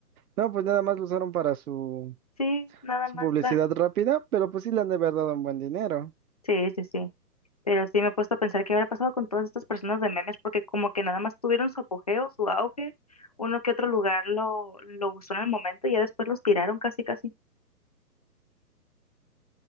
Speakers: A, on the right; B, on the left.
A: No, pues nada más lo usaron para su,
B: Sí, nada
A: su
B: más
A: publicidad
B: la.
A: rápida, pero pues sí le han de haber dado un buen dinero.
B: Sí, sí, sí. Pero sí me he puesto a pensar qué habrá pasado con todas estas personas de memes, porque como que nada más tuvieron su apogeo, su auge, uno que otro lugar lo, lo usó en el momento y ya después los tiraron casi, casi.